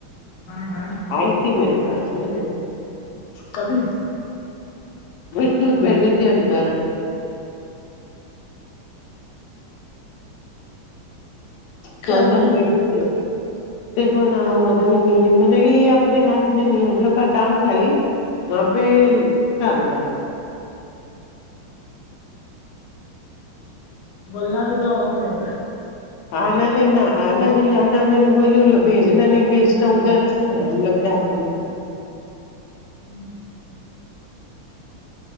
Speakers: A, on the left (about 80°); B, on the left (about 70°).
A: ہاں ہاں
B: آئی تھی میرے پاس نب
A: کبھی
B: بس سچ بیٹھی تھی اندر تو
A: کیا
B: اندر
A: بولی
B: بٹھیے
A: پھر
B: تھے دیکھو ن ہو رہا ہی نہیں ہے م لی یہ اپنے ہاتھ میں نہیں ہم لوگ کا کام تھا یہ وہاں پہ کرنا ہے
A: بولنا بھی تو ہو تمہیں کا
B: آنا نہیں ن آنا نہیں آنا میں نے بول ل بیجنا نہیں بیجنا ادھر سے ہم لگ آنے
A: <inaudible>